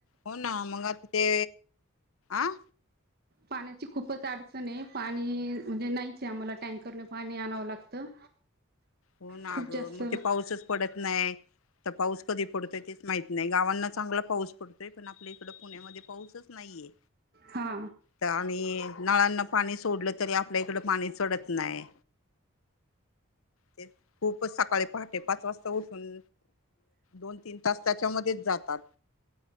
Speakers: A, on the left; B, on the right.
A: हो ना मग आता ते आं
B: पाण्याची खूपच अडचण आहे पाणी म्हणजे नाहीच आम्हाला टँकरने पाणी आणावं लागतं.
A: हो ना
B: खूप
A: ग
B: जास्त
A: मग ते पाऊसच पडत नाय. तर पाऊस कधी पडतोय तेच माहित नाही, गावांना चांगला पाऊस पडतोय, पण आपल्या इकड पुण्यामध्ये पाऊसच नाहीये.
B: हा
A: तर आणि नळांना पाणी सोडलं तरी आप आपल्या इकडं पाणी चढत नाय. ते खूपच सकाळी पहाटे पाच वाजता उठून दोन तीन तास त्याच्यामध्येच जातात.